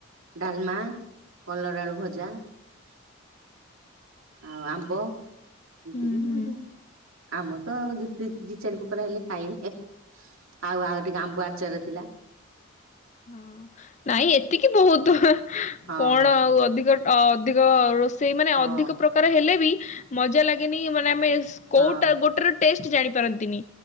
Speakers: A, on the right; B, on the left.
A: ଡାଲମା, କଲରାଆଳୁ ଭଜା। ଆଉ ଆମ୍ବ ଏତିକି
B: ହୁଁ ହୁଁ।
A: ଆଉ କଣ? ଆମ ତ ଆଉ ଦ ଦି ଚାରି ପୋକାର ହେଲେ ଖାଇବେ ଆଉ ଆଉ ଟିକେ ଆମ୍ବୁ ଆଚାର ଥିଲା।
B: ହଁ ନାଇଁ ଏତିକି ବୋହୁତ
A: ହଁ
B: କଣ ଆଉ ଅଧିକ ଅଧିକ ରୋ ସେଇମାନେ
A: ହଁ
B: ଅଧିକ ପ୍ରକାର ହେଲେ ବି ମଜା ଲାଗନି ମାନେ ଆମେ
A: ହଁ
B: କୋଉଟା ଗୋଟରେ ଟେଷ୍ଟ ଜାଣିପାରନ୍ତିନି।